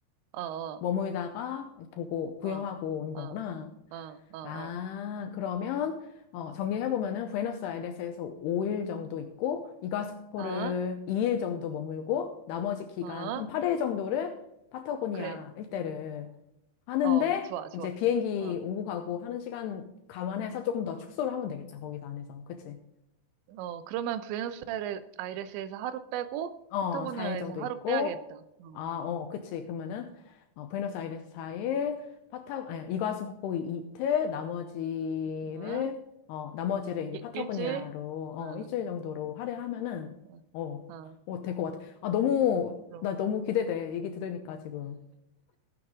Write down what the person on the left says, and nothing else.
머물다가 보고 구경하고
오는 거구나.
아,
그러면 어, 정리해보면은 부에노스아이레스에서 5일 정도 있고 이과수폭포를
2일 정도 머물고 나머지 기간
한 8일 정도를 파타고니아
일대를 하는데
이제 비행기
오고 가고 하는 시간 감안해서 조금 더 축소를 하면 되겠다. 거기서 안에서. 그치?
어,
4일 정도
있고,
아, 어,
그치. 그러면은, 어, 부에노스아이레스 4일, 파타, 아니, 이과수폭포 이틀, 나머지를,
어, 나머지를 이제
파타고니아로,
어,
일주일 정도로
할애하면은,
어,
어, 될 것 같아. 아, 너무,
나 너무 기대돼. 얘기 들으니까 지금.